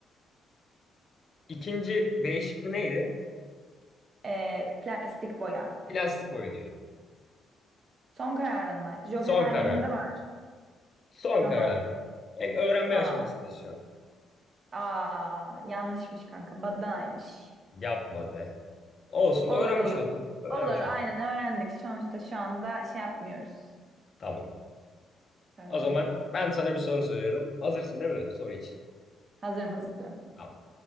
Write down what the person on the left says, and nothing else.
İkinci B şıkkı neydi?
Plastik boya diyorum.
Son kararım.
Son
kararım. Hem öğrenme
aşamasındayız şu an.
Yapma be. Olsun
öğrenmiş
oldum. Öğrenmiş
oldum.
Tamam.
O zaman
ben sana bir soru soruyorum. Hazırsın değil mi soru için?
Tamam.